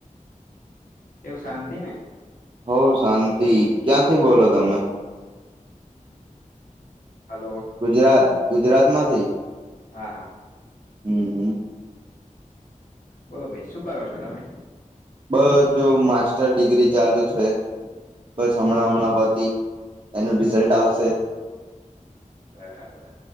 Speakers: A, on the left (about 80°); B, on the right (about 40°).
A: એવું શાંતિ ને?
B: બઉ શાંતિ ક્યાંથી બોલો તમે?
A: હલો
B: ગુજરાત. ગુજરાત માંથી.
A: હા હા
B: અહમ.
A: બોલો ભાઈ! શું કરો છો તમે?
B: બસ જો માસ્ટર ડિગ્રી ચાલુ છે. બસ હમણાં
A: એવું
B: હમણાં પતી એનું રિઝલ્ટ આવશે.
A: બરાબર.